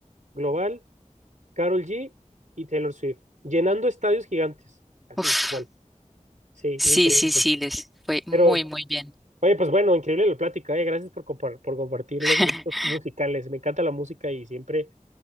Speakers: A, on the right; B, in the centre.
A: global, Karol G y Taylor Swift, llenando estadios gigantes. Así,
B: Uf,
A: igual. Sí,
B: sí,
A: increíble.
B: sí, sí, les fue muy,
A: Pero...
B: muy bien.
A: Oye, pues bueno, increíble la plática, eh. Gracias por compar- por compartir
B: <laughs>
A: los gustos musicales. Me encanta la música y siempre